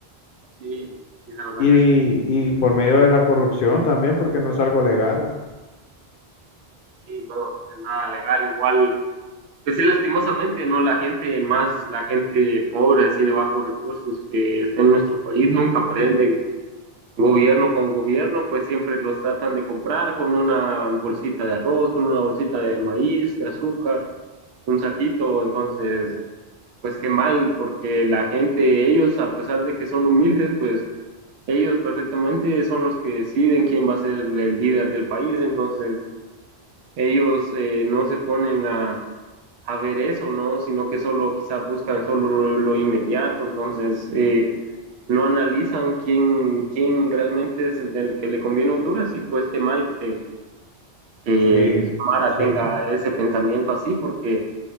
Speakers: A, on the right; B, on the left.
A: Sí, y la verdad
B: Y,
A: que sí,
B: y por medio de la corrupción también, porque no es algo legal.
A: no, es nada legal. Igual, pues sí, lastimosamente, ¿no? La gente, más la gente pobre, así de bajos recursos que está en nuestro país, nunca aprenden gobierno con gobierno, pues siempre los tratan de comprar con una bolsita de arroz, con una bolsita de maíz, de azúcar, un saquito. Entonces, pues qué mal, porque la gente, ellos, a pesar de que son humildes, pues ellos perfectamente son los que deciden quién va a ser el líder del país. Entonces, Ellos eh, no se ponen a, a ver eso, ¿no? Sino que solo quizás buscan solo lo, lo inmediato, entonces eh, no analizan quién, quién realmente es el que le conviene a Honduras y pues qué mal que, que
B: Sí,
A: Mara
B: sí,
A: tenga ese pensamiento así porque